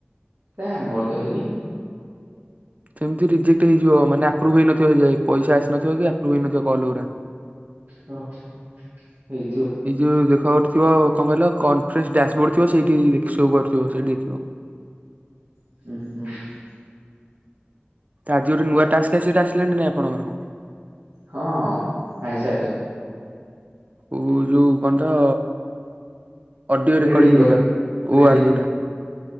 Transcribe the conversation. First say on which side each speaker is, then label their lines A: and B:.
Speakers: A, on the right; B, on the right.
A: କାଇଁ ଆମର ତ ହେଇନି।
B: ସେମ୍ତି ରିଜେକ୍ଟ ହେଇଯିବ ମାନେ ଆପ୍ରୁଭ୍ ହେଇନଥିବ ଯାଇ ପଇସା ଆସିନଥିବ କି ଆପ୍ରୁଭ୍ ହେଇନଥିବ କଲ ଉରା।
A: <unintelligible> ହୋଇଥିବ।
B: ଏଇ ଯୋଉ ଦେଖ ଗୋଟେ ଥିବ କଣ କହିଲା କନଫରେନ୍ସ ଡ୍ୟାସବୋର୍ଡ ଥିବ ସେଇଠି ସୋ କରୁଥିବ ସେଇଟି।
A: <inaudible>
B: ଆଜି ଗୋଟ ନୂଆ ଟାସ୍କ୍ ଆସି ଆସିଲାଣି ନା ଆପଣଙ୍କର।
A: ହଁ ଆଇସା
B: ଉ ଯୋଉ କଣ୍ଟ ଅଡିଓ ରେକର୍ଡିଙ୍ଗ
A: ରିଡିଙ୍ଗ
B: ଯୋଉଟା
A: କରି
B: ଓ
A: ରିଡିଙ୍ଗ
B: ଆର୍ ଯୋଉଟା